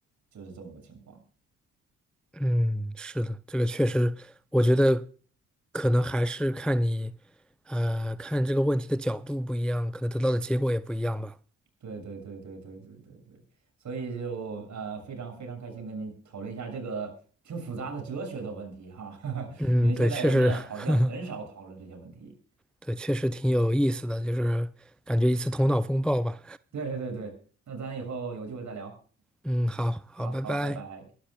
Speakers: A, on the right (about 55°); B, in the centre.
A: 就是这么个情况。
B: 嗯，是的，这个确实，我觉得可能还是看你，呃，看这个问题的角度不一样，可能得到的结果也不一样吧。
A: 对对对对对对对对，所以就呃非常非常开心跟您讨论一下这个挺复杂的哲学的问题哈，<laughs>
B: 嗯，
A: 因为现在人们好像很少讨论这些问题。
B: 对，确实，<laughs> 对，确实挺有意思的，就是感觉一次头脑风暴吧。
A: 对对对，那咱以后有机会再聊。
B: 嗯，好好，
A: 好好，
B: 拜拜。
A: 拜拜。